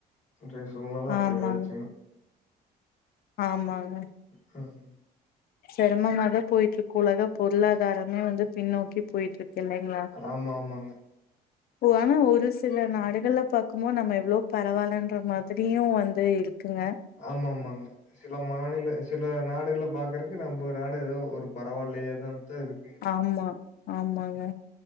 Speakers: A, on the left (about 45°); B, on the left (about 65°).
A: இன்றைய சூழ்நெல அப்புடி
B: ஆமாங்
A: ஆயிடுச்சுங்க
B: ஆமாங்க
A: ம்
B: செரமமாதா போயிட்டு இருக்கு உலக பொருளாதாரமே வந்து பின்னோக் போயிட்ருக்கு இல்லைங்களா
A: ஆமா, ஆமாங்க.
B: ஓ ஆனா ஒரு சில நாடுகள்ல பாக்கும்போது நம்ம எவ்வளவோ பரவாலன்ற மாதிரியு வந்து இருக்கு இங்க
A: ஆமாமாங்க. சில மாநில சில நாடுகள பாக்குறக்கு நம்ம நாட ஏதோ ஒரு பரவாயில்லையாதா இருக்குங்க
B: ஆமா ஆமாங்க